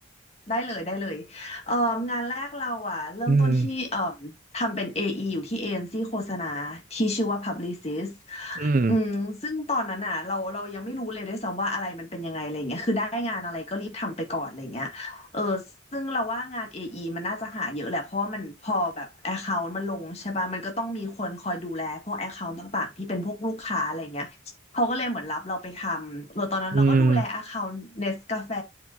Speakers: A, on the left; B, on the right.
A: ได้เลยได้เลยเอิ่มงานแรกเราอ่ะเริ่มต้นที่เอิ่มทำเป็น
B: อืม
A: AE ออีอยู่ที่เอ็นซีโฆษณาที่ชื่อว่า Publicist
B: อืม
A: อืมซึ่งตอนนั้นอ่ะเราเรายังไม่รู้เลยด้วยซ้ำว่าอะไรมันเป็นยังไงอะไรอย่างเงี้ยคือได้งานอะไรก็รีบทำไปก่อนอะไรอย่างเงี้ย เออซึ่งเราว่างาน AE มันน่าจะหาเยอะแหละเพราะว่ามันพอแบบ Account มันลงใช่ป่ะมันก็ต้องมีคนคอยดูแลพวก Account ต่างๆที่เป็นพวกลูกค้าอะไรเงี้ยเขาก็เลยเหมือนรับเราไปทำเออตอนนั้นเราก็ดูแล
B: อืม
A: Account Nest กาแฟ